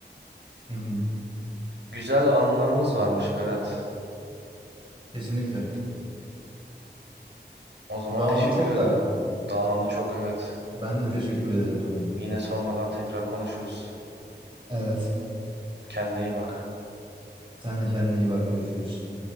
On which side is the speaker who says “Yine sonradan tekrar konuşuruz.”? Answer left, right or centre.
Right